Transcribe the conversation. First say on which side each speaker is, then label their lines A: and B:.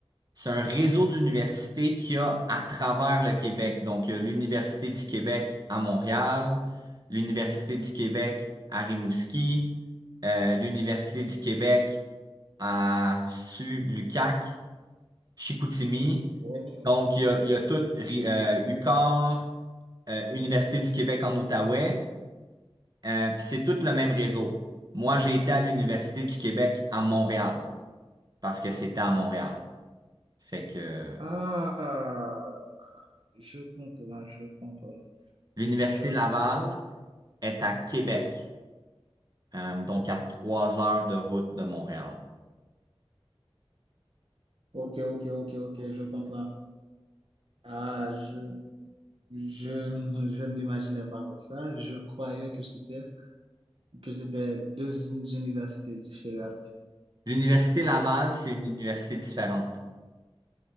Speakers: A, on the right; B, on the right.
A: C'est un réseau d'universités qu'il y a à travers le Québec. Donc, il y a l'Université du Québec à Montréal, l'Université du Québec à Rimouski, euh, l'Université du Québec à Stu, Lucac, Chicoutimi.
B: Oui,
A: Donc, il y a, il y a tout Ri- euh, UQAR, euh, Université du Québec en Outaouais, euh, puis c'est tout le même réseau. Moi, j'ai été à l'Université du Québec à Montréal, parce que c'était à Montréal. Fait que euh,
B: Ah, je comprends, je comprends.
A: l'Université
B: Je...
A: Laval. est à Québec, euh, donc à trois heures de route de Montréal.
B: Ok, ok, ok, ok, je comprends. Ah, je, je, je ne l'imaginais pas comme ça. Je croyais que c'était que c'était deux universités différentes.
A: L'Université Laval, c'est une université différente.